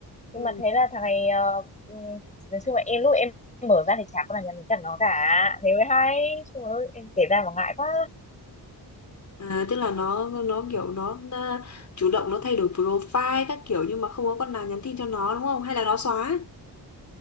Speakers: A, on the left; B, on the left.
A: nhưng
B: Ừ.
A: mà thế là thằng này ờ, ừm, nói chung là em lúc em mở ra thì chả có là nhắn với cả nó cả thế mới hay trời ơi em kể ra mà ngại quá
B: À, tức là nó nó kiểu nó, nó chủ động nó thay đổi profile các kiểu nhưng mà không có con nào nhắn tin cho nó đúng không? Hay là nó xóa?